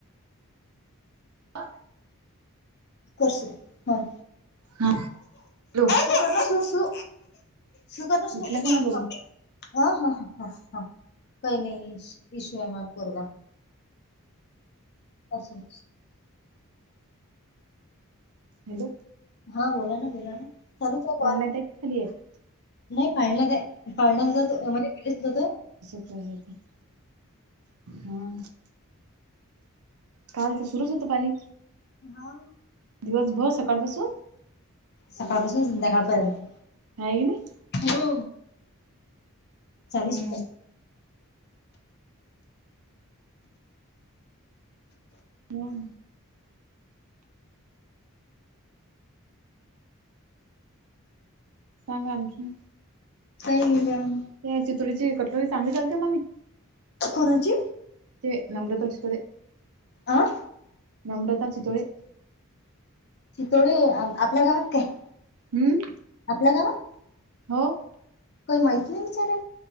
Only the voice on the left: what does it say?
करशुं हां
करणं सु सु सुं करणं सुं.
हं हां हं कायं नाहीं पिशंवायमांय पोरगां असं.
हां बोलां नां बोलां नां चालूंच आहे
कॉल
नाहीं पायंला कायं पाळण्यांमंध्ये ओमेटीगं केली असंती तरं
हां
सकाळं पासूंन संध्याकांळपर्यंत
हो चालूंच
होतं
कांहीं नाहीं बां.
कोणांची.
अं
चितोंडे आपल्यां गावांत कायं.
आपल्यां गावांत.
काही माहिती नाही विचारे.